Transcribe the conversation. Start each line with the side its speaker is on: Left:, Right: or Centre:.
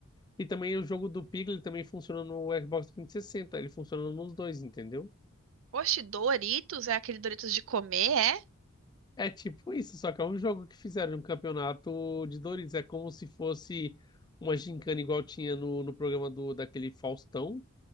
Left: E também o jogo do Piglet também funciona no Xbox 360. Ele funciona nos dois, entendeu?
Right: Oxe, Doritos? É aquele Doritos de comer, é?
Left: É tipo isso, só que é um jogo que fizeram um campeonato de Doritos. É como se fosse uma gincana igual tinha no, no programa do daquele Faustão.